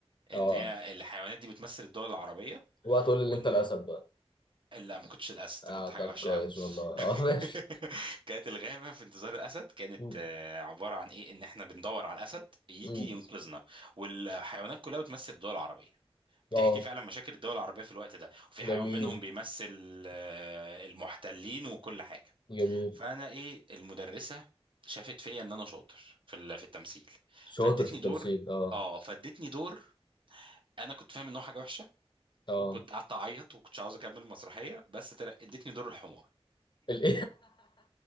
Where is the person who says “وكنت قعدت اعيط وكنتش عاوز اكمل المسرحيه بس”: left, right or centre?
Right